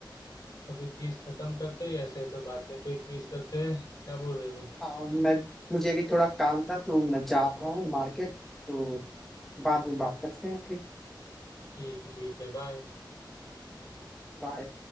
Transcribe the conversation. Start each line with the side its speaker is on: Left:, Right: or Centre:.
Left: अभी क्विज खत्म करते हैं ऐसे तो बाद में कोई क्विज करते हैं क्या बोल रहे हो
Centre: हाँ मैं मुझे भी थोड़ा काम था तो मैं जा रहा हूँ मार्केट तो बाद में बात करते हैं फिर
Left: ठीक है ठीक है बाय
Centre: बाय